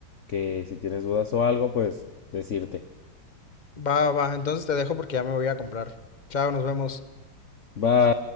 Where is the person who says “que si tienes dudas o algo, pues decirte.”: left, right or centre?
Left